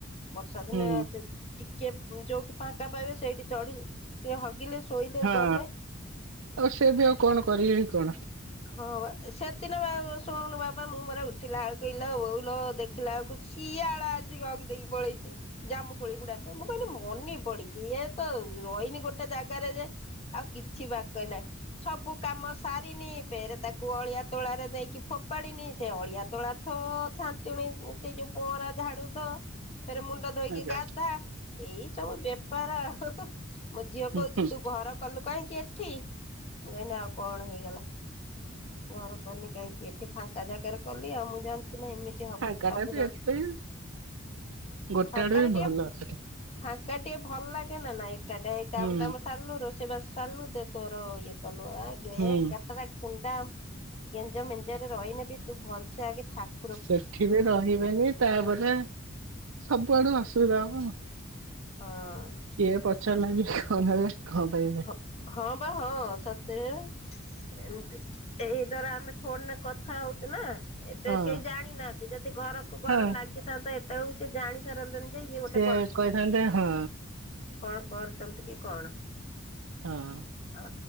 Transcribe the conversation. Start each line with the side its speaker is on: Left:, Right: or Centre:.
Left: ବର୍ଷା
Right: ହୁଁ
Left: ଦିନେ ତ ଟିକେ ଉଁ ଯୋଉଠି ଫାଙ୍କା ପାଇବେ ସେଇଠି ଚଢ଼ିଲ କିଏ ହଗିଲେ, ଶୋଇଲେ,
Right: ହଁ
Left: ଗଲେ।
Right: ଆଉ ସେ ବି ଆଉ କଣ କରିବେ ବି କଣ।
Left: ହଁ ବା ସେଦିନ ବା ଶୁଣୁନୁ ବାପା ମୁଁ ମୋର ଉଠିଲା ବେଳକୁ ଇଲୋବୋଉଲୋ ଦେ ଦେଖିଲା ବେଳକୁ ଶିଆଳ ଆସିକି ହଗି ଦେଇକି ପଳେଇଛି। ଜାମୁ କୋଳି ଗୁଡାକ। ମୁଁ କହିନି, ମନି ପଡିକି ଇଏ ତ ରହିନି ଗୋଟେ ଜାଗାରେ ଯେ ଆଉ କିଛି ବାକ ନାହିଁ ସବୁ କାମ ସାରିନି ଫେରେ ତାକୁ ଅଳିଆ ତୋଳାରେ ନେଇକି ଫୋପାଡିନି। ସେ ଅଳିଆ ତୋଳା ଥୋ ଛା ଞ୍ଚୁଣି ସେ ଯୋଉ ପହଁରା ଝାଡୁ ଧ ଫେରେ ମୁ ମୁଣ୍ଡ ଧୋଇକି
Right: ଆଜ୍ଞା
Left: ଗାଧା ଏଇ ସବୁ ବେପାର ଆଉ ମୋ ଝିଅ
Right: ହୁଁ
Left: କହୁଛି
Right: ହୁଁ
Left: ତୁ ଘର କଲୁ କାହିଁକି ଏଠି ମୁଁ କହିନି ଆଉ କଣ ହେଇଗଲା। ଘର କନି କାହିଁକି ଏଠି ଫାଙ୍କା ଜାଗାରେ କଲି ଆଉ ମୁଁ ଜାଣି ସିନେ ଏମିତି ହବ
Right: ଫାଙ୍କା
Left: ସବୁ
Right: ଟା ବି
Left: ଜନ୍
Right: ଏତେ ଗୋଟେ
Left: ଫାଙ୍କାରେ
Right: ଆଡୁ ବି
Left: ଟିକେ
Right: ଭଲ ସେଟା
Left: ଫାଙ୍କା ଟିକେ ଭଲ ଲାଗେ ନା ନାଇଁ ଏକାଟା ଏ କାମ
Right: ହୁଁ
Left: ଦାମ ସାରିଲୁ ରୋସ୍ ସେ ବାସ ସାରିଲୁ ଦେ ତୋର ଇଏ କଲୁ ଆ ଗେ
Right: ହୁଁ
Left: କଟର କୁଣ୍ଡା। ଗେଞ୍ଜ ମେଞ୍ଜରେ ରହିନେବି ତୁ ଭଲସେ ଆଗେ ଠାକ୍
Right: ସେଠି ବି ରହିବେନି ତାପରେ ସବୁଆଡୁ ଅସୁବିଧା ହବ ଆଉ।
Left: ହଁ।
Right: କିିଏ ପଚାରିଲା କି କଣ ହେବେ କଣ ପାଇବେ?
Left: ହଁ - ହଁ ବା ହଁ ସତରେ। ଏମତି ଏଇ ଦ୍ଵାରା ଆମେ ଫୋନ ରେ କଥା ହଉଚୁ ନା। ଏବେ
Right: ହଁ
Left: କେହି ଜାଣିନାହାନ୍ତି ଯଦି ଘରକୁ ଘର
Right: ହଁ
Left: ନାଗିଥାନ୍ତା ଏତେବେଳକୁ ସେ ଜାଣି ସାରନ୍ତନା ଯେ ଇଏ ଗୋଟେ
Right: ଏ
Left: କଣ
Right: କହିଥାନ୍ତେ ହଁ।
Left: କଣ କରୁଛନ୍ତି କି କଣ?
Right: ହଁ।
Left: ହ